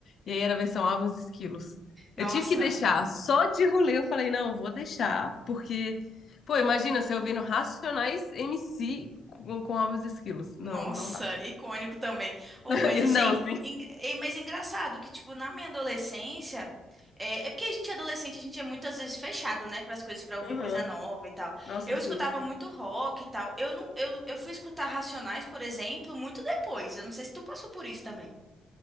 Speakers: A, on the left (about 55°); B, on the right (about 15°).
A: e aí era a versão Alves Esquilos.
B: Nossa.
A: Eu tive que deixar, só de rolê eu falei, não, vou deixar, porque, pô, imagina você ouvindo Racionais MC com, com Alves Esquilos. Não,
B: Nossa,
A: não dá.
B: icônico também. Ou,
A: <laughs>
B: mas
A: E
B: assim,
A: Não, sim.
B: eng- é, mas engraçado que, tipo, na minha adolescência, é, é porque a gente é adolescente, a gente é muitas vezes fechado, né, para as coisas, para ouvir
A: Aham.
B: coisa nova e tal.
A: Nossa,
B: Eu
A: sim.
B: escutava muito rock e tal. Eu não, eu, eu fui escutar Racionais, por exemplo, muito depois. Eu não sei se tu passou por isso também.